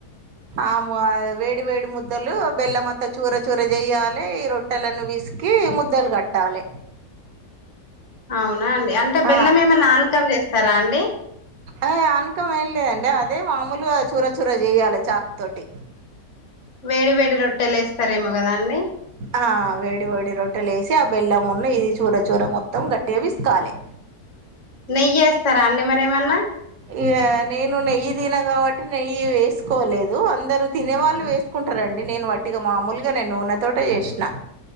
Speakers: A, on the right; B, on the left.
A: ఆమూ ఆ వేడి వేడి ముద్ ముద్దలు బెల్లంమంతా చూర చూర జేయాలి ఈ రొట్టెలను విసికి ముద్దలు గట్టాలె
B: అవునా అండి అంటే బెల్లం
A: ఆ
B: ఏమన్నా ఆనకం జేస్తారా అండి
A: ఆయ్ ఆనకం ఏం లేదండి అదే మామూలుగా చూర చూర జెయ్యాలె చాకు తోటి
B: వేడి వేడి రొట్టెలు ఏస్తారేమో గదా అండి
A: ఆ వేడి వేడి రొట్టెలు ఏసి ఆ బెల్లమును ఇది చూర చూర మొత్తం గట్టిగా విస్ కాలె
B: నెయ్యేస్తారా అండి మరి ఏమన్నా
A: ఇగ నేను నెయ్యి దిన గాబట్టి నెయ్యి వేసుకోలేదు అందరు తినేవాళ్ళు
B: ఆ
A: వేసుకుంటారండి నేను వట్టిగా మామొలుగా నేను వున్న తోటే జేషినా